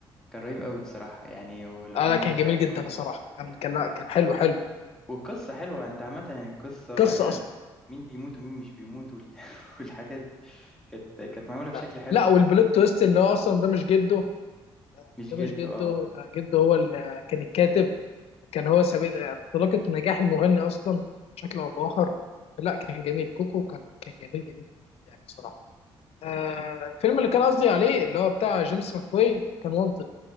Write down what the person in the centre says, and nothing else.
كان رهيب قوي بصراحه يعني والاغنيه
بتاعت
كوكو
والقصة حلوة انت عامة يعني القصة
وبعد كده
مين بيموت ومين مش بيموت وال... <laughs> والحاجات دي كانت كانت معمولة بشكل
حلو
مش
جد
اه